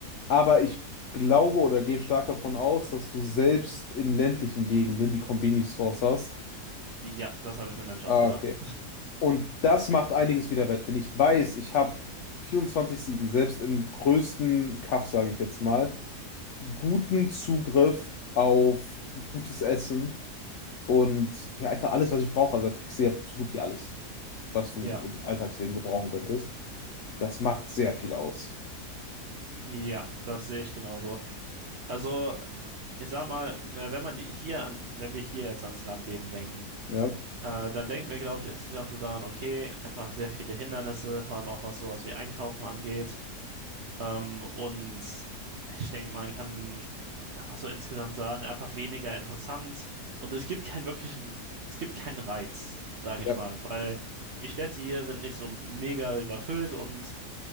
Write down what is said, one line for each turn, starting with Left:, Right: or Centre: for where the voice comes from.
Left: Aber ich glaube oder gehe stark davon aus, dass du selbst in ländlichen Gegenden die Konbini-Stores hast.
Right: Ja, das habe ich mir nämlich
Left: Ah,
Right: auch gedacht.
Left: okay. Und das macht einiges wieder wett. Wenn ich weiß, ich habe vierundzwanzig sieben selbst im größten Kaff, sage ich jetzt mal, guten Zugriff auf gutes Essen und ja, einfach alles, was ich brauche. Also da kriegst du ja so gut wie alles, was du
Right: Ja,
Left: im Alltagsleben gebrauchen könntest. Das macht sehr viel aus.
Right: ja, das sehe ich genauso. Also, ich sag mal, äh, wenn man hier an, wenn wir hier jetzt ans Landleben denken,
Left: Ja,
Right: äh, dann denken wir, glaube ich, insgesamt so daran, okay, einfach sehr viele Hindernisse, vor allem auch was sowas wie Einkaufen angeht. Ähm, und ich denke, man kann einfach so insgesamt sagen, einfach weniger interessant. Und es gibt keinen wirklichen, es gibt keinen Reiz, sage
Left: ja,
Right: ich mal, weil die Städte hier sind nicht so mega überfüllt und